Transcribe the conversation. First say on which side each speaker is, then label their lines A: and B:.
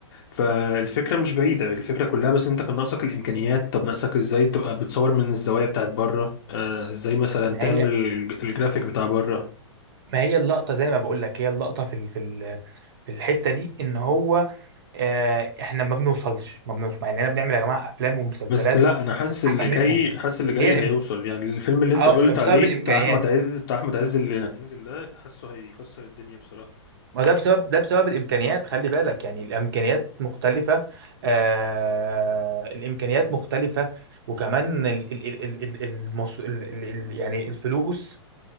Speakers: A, on the left (about 45°); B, on the right (about 50°).
A: فالفكره مش بعيده الفكره كلها بس انت كان ناقصك الامكانيات طب ناقصك ازاي تبقى بتصور من الزوايا بتاعت بره آه ازاي مثلا
B: ما
A: تعمل
B: هي
A: الج- الجرافيك بتاع بره
B: ما هي اللقطة زي ما بقول لك هي اللقطة في ال في ال في الحتة دي ان هو آه، احنا ما بنوصلش ما بنوصلش مع اننا بنعمل يا جماعة افلام ومسلسلات
A: بس لا انا حاسس اللي
B: احسن منهم
A: جاي حاسس اللي جاي
B: هي الإم...
A: هيوصل يعني الفيلم اللي انت
B: اه
A: قلت
B: ما بسبب
A: عليه
B: الامكانيات
A: بتاع احمد عز بتاع احمد عز اللي هينزل ده حاسه هيكسر الدنيا بصراحه
B: ما ده بسبب ده بسبب الامكانيات خلي بالك يعني الامكانيات مختلفة آه الامكانيات مختلفة وكمان ال ال ال ال ال المص... ال ال ال يعني الفلوس